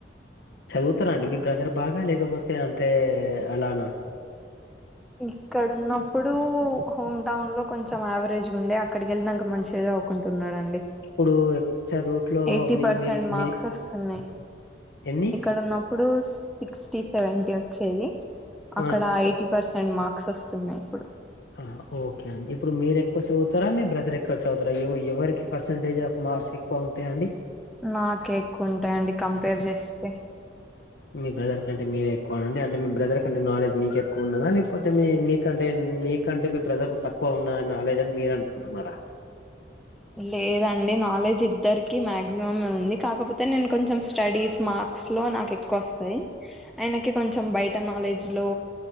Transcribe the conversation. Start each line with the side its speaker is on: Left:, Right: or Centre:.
Left: చదువుతరా అండి మీ బ్రదర్ బాగా లేకపోతే అంటే అలానా
Centre: ఇక్కడ ఉన్నప్పుడూ హోమ్ టౌన్ లో కొంచం యావరేజ్గ్ ఉండ్య అక్కడికి ఎళ్నంక మంచిగ జదువ్ కుంటున్నాడు అండి
Left: ఇప్పుడు ఎక్కువ చదువుట్లో
Centre: ఎయిటీ
Left: మీ
Centre: పర్సెంట్
Left: మీ
Centre: మార్క్స్
Left: మీ
Centre: ఒస్సై ఉన్నాయి
Left: ఎన్ని
Centre: ఇక్కడ ఉన్నప్పుడు సిక్స్టీ సెవెంటీ వచ్చేది అక్కడ
Left: ఆ
Centre: ఎయిటీ పర్సెంట్ మార్క్స్ ఒస్తున్నాయి ఇప్పుడు
Left: హహా ఓకే అండి ఇప్పుడు మీరు ఎక్కువ చదువుతరా మీ బ్రదర్ ఎక్కడ్ చదువుతరా ఎవ్వు ఎవరికి పర్సెంటేజ్ ఆఫ్ మ మార్స్ ఎక్కువ ఉంటాయండి
Centre: నాకే ఎక్కువ ఉంటాయండి కంపేర్ జేస్తే
Left: మీ బ్రదర్ కంటే మీరే ఎక్కువ అండి అంటే మీ బ్రదర్ కంటే నాలెడ్జ్ మీకే ఎక్కువ ఉండదా లేక్పోతే మీ మీక్ కంటే మీకంటే మీ బ్రదర్ కు తక్కువ ఉన్న నాలేజ్ అన్ మీరు అనుకుంటున్నారా
Centre: లేదండి నాలెడ్జ్ ఇద్దరికి మ్యాజిమమే ఉంది కాకపోతే నేను కొంచెం స్టడీస్ మార్క్స్ లో నా ఎక్కువ వస్తాయి ఆయనకి కొంచం బయట నాలెడ్జ్ లో